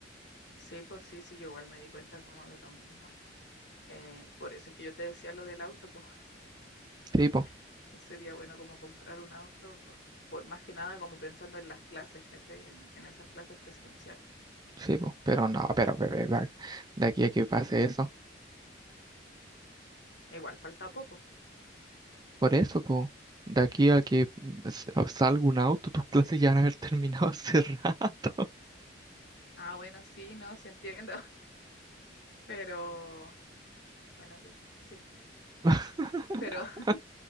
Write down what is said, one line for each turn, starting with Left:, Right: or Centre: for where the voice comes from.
Left: sí, pues, sí, sí, yo igual me di cuenta como de lo mismo. Eh, por eso es que yo te decía lo del auto, pues,
Right: Sí, pues,
Left: <laughs> que sería bueno como comprar un auto, por, por más que nada como pensando en las clases, ¿cachai? En, en esas clases presenciales.
Right: sí, pues, pero no, pero de verdad, de aquí a que pase eso.
Left: E Igual falta poco.
Right: Por eso, po. De aquí a que mm, s- salga un auto, tus <laughs> clases ya van a haber terminado hace rato.
Left: Ah, bueno, sí, no, sí entiendo. Pero, bueno, ya, sí.
Right: <laughs>
Left: Pero, <laughs>